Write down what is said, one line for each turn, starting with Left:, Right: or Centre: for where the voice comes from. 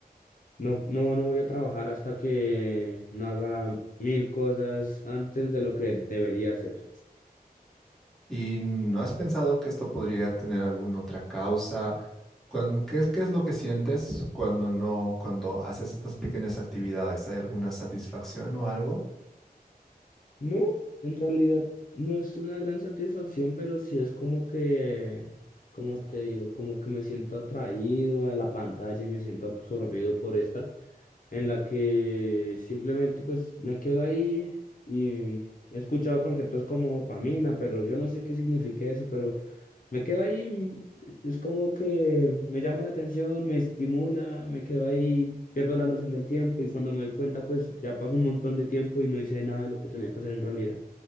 Left: no, no, no voy a trabajar hasta que no haga mil cosas antes de lo que debería hacer.
Centre: ¿Y no has pensado que esto podría tener alguna otra causa? Cuan- ¿Qué, es- qué es lo que sientes cuando no, cuando haces estas pequeñas actividades? ¿Hay alguna satisfacción o algo?
Left: No, en realidad no es una gran satisfacción, pero sí es como que, como te digo, como que me siento atraído a la pantalla y me siento absorbido por esta. en la que simplemente pues me quedo ahí y he escuchado conceptos como dopamina, pero yo no sé qué significa eso, pero me quedo ahí, mm, es como que me llama la atención, me estimula, me quedo ahí, pierdo la noción del tiempo y cuando me doy cuenta pues ya pasó un montón de tiempo y no hice nada de lo que tenía que hacer en realidad.